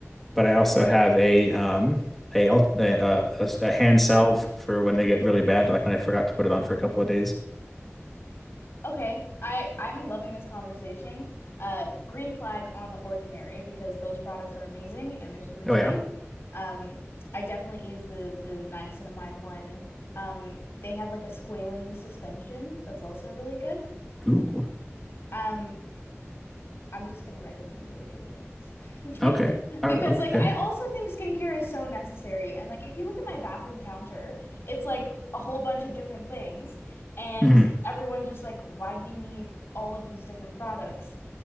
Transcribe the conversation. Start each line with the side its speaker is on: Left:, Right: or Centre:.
Centre: but I also have a um a al- a, a, a hand salve for when they get really bad, like when I forgot to put it on for a couple of days.
Left: Okay, I I'm loving this conversation. Uh, green flag on The Ordinary because those products are amazing and they're super cheap.
Centre: Oh yeah.
Left: Um, I definitely use the the niacinamide one. Um, they have like a squalene suspension that's also really good.
Centre: Ooh.
Left: Um, I'm just gonna recommend you a few things. <laughs> Be-
Centre: Okay. All
Left: Because
Centre: right. Okay.
Left: like I also think skincare is so necessary. And like if you look at my bathroom counter, it's like a whole bunch of different things. And
Centre: Mhm.
Left: everyone's just like, why do you need all of these different products?